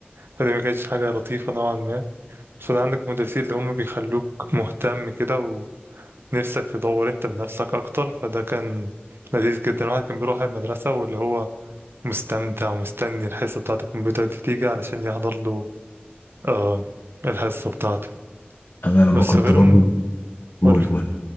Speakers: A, on the right; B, on the left.
A: فدي ما كانتش حاجة لطيفة نوعا ما بس عندك مدرسين اللي هم بيخلوك مهتم كده نفسك تدور انت بنفسك اكتر فده كان لذيذ جدا الواحد كان بيروح المدرسة واللي هو مستمتع ومستني الحصة بتاعة الكمبيوتر دي تيجي علشان يحضر له آه الحصة بتاعته
B: انا لما
A: بس
B: كنت
A: غير
B: برضه
A: م...
B: قول
A: قولي
B: قول